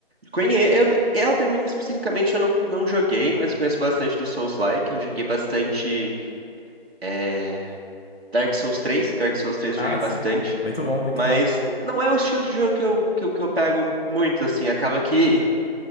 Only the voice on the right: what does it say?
Conhe... Eu... Elden Ring especificamente eu não, não joguei, mas eu conheço bastante do Souls-like. Eu joguei bastante É, Dark Souls 3, Dark Souls 3
eu joguei bastante,
mas
não é o estilo de jogo que eu, que eu, que eu pego muito, assim, acaba que